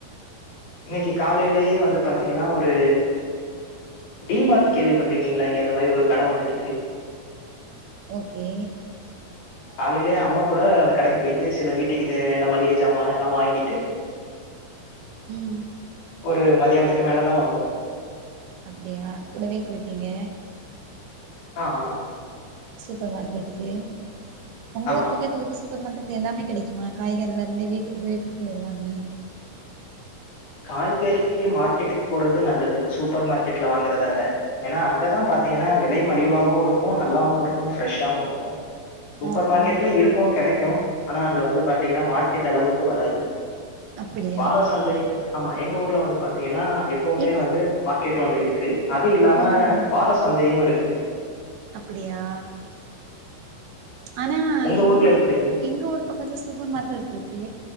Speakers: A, on the left (about 60°); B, on the right (about 75°).
A: இன்னைக்கு காலையிலேயே வந்து பாத்தீங்கன்னா ஒரு டி மார்ட் கேள்விப்பட்ருக்கீங்களா இங்க அந்த மாரி ஒரு கடை ஒன்னு இருக்கு
B: ஓகே
A: காலையிலேயே அம்மா கூட அந்த கடைக்கு போயிட்டு சில வீட்டுக்கு தேவையான மளிகை சாமான் எல்லா வாங்கிட்டு <inaudible>
B: ம்
A: ஒரு மதியானத்துக்கு மேல தா வந்தோ
B: அப்டியா கூடவே போயிட்டீங்க
A: ஆ ஆமா
B: சூப்பர் மார்க்கெட்டுக்கு ஒங்க
A: ஆமா
B: ஊர் பக்கத்துல இருக்கு சூப்பர் மார்க்கெட் இது எல்லாமே கெடைக்குமா காய்கறிலருந்து வீட்டு உபயோகப்பொருட்கள் எல்லாமே
A: காய்கறிக்கு மார்க்கெட்டுக்கு போறது நல்லது சூப்பர் மார்க்கெட்ல வாங்கறத விட ஏன்னா அங்கதா பாத்தீங்கன்னா விலை மலிவாவு இருக்கு நல்லாவு இருக்கு ஃபரெஷ்ஷாவு இருக்கு சூப்பர்
B: ஆஹா
A: மார்க்கெட்ல இருக்கு கெடைக்கு ஆனா அது வந்து பா பாத்தீங்கன்னா மார்க்கெட் அளவுக்கு வராது
B: அப்டியா
A: வார சந்தை ஆமா எங்க ஊர்ல வந்து பாத்தீங்கன்னா எப்பவுமே
B: இன்
A: வந்து மார்க்கெட் ஒண்ணு இருக்கு அது இல்லாம
B: ம்
A: வார சந்தையு இருக்கு
B: அப்படியா ஆனா
A: உங்க
B: எங்க
A: ஊர்ல
B: ஊர்
A: எப்படிங்க?
B: எங்க ஊர் பக்கத்துல சூப்பர் மார்க்கெட் இருக்கு